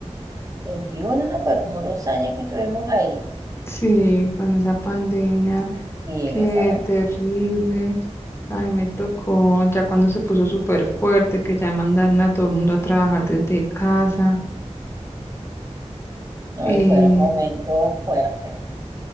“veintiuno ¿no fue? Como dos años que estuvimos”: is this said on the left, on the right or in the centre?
Right